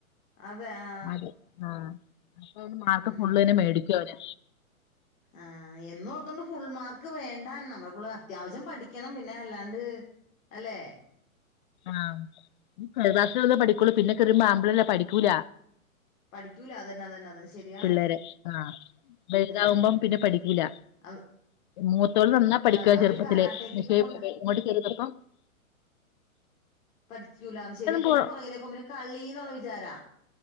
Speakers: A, on the left; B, on the left.
A: അതെ ആ
B: അത ആ അപ്പൊ മാർക്ക്
A: ഉം
B: ഫുള്ന്നെ മേടിക്കുവനെ
A: ആ എന്നും ഓർത്തോണ്ട് ഫുൾ മാർക്ക് വേണ്ട നമ്മള പിള്ളേര് അത്യാവശ്യം പഠിക്കണം പിന്നെ അല്ലാണ്ട് അല്ലേ
B: ആഹ് <unintelligible> പഠിക്കുള്ള പിന്നെകേറി മാ ല്ല പഠിക്കൂല
A: പഠിക്കൂല അതന്നെ അതന്നെ അതന്നെ ശരിയാണ്
B: പിള്ളേരെ ആഹ വലുതാകുമ്പോ
A: ഉം
B: പിന്നെ പഠിക്കൂല്ല
A: അത്
B: മൂത്തോള് നന്നാ പഠിക്ക
A: ആഹ് അവര്
B: ചെറുപ്പത്തില്
A: കരാട്ടേക്കൊക്കെ
B: പക്ഷെ
A: പോണ്ട
B: ഇങ്ങോട്ട് കേറി വന്നപ്പോ
A: പഠിച്ചൂല ശരിയാ പിന്നെ
B: പോ
A: പുറകിലേക്ക് പോവും പിന്നെ കളി നുള്ള വിചാരാ